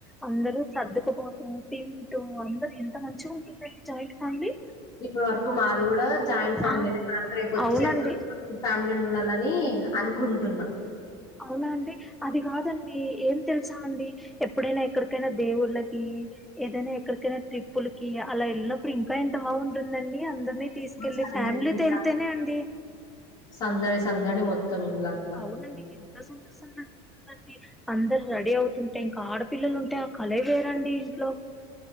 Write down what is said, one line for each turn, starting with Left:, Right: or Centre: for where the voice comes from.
Centre: అందరూ సర్దుకుపోటం తింటూ అందరు ఎంత మంచిగా ఉంటుందండి జాయింట్ ఫ్యామిలీ
Left: ఇప్పటి వరకు మాది కూడా జాయింట్ ఫ్యామిలీ
Centre: ఆ
Left: నే నాకు రేపు వచ్చే
Centre: అవునండి
Left: ఫ్యామిలీ ఉండాలని అనుకుంటున్నా
Centre: అవునా అండి అది కాదండి ఏం తెలుసా అండి ఎప్పుడైనా ఎక్కడికైనా దేవుళ్ళకి ఏదైనా ఎక్కడికైనా ట్రిప్పులకి అలా వెళ్ళినప్పుడు ఇంకా ఎంత బాగుంటుందండి అందరినీ తీసుకెళ్ళి
Left: సందడి
Centre: ఫ్యామిలీ తో వెళ్తేనే అండి
Left: సందడి సందడి మొత్తం ఇల్లంతా
Centre: అవునండి ఎంత సంతోషంగా ఉంటూ <inaudible> అందరు రెడీ అవుతుంటే ఇంకా ఆడపిల్లలు ఉంటే ఆ కళే వేరండి ఇంట్లో